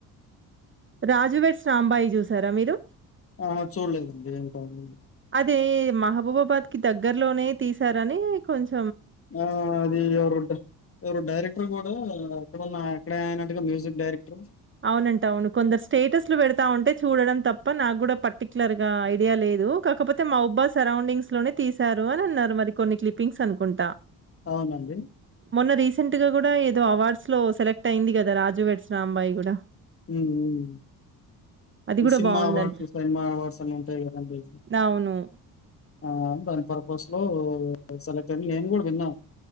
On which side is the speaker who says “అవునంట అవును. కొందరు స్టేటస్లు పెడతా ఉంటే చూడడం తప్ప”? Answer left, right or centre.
Right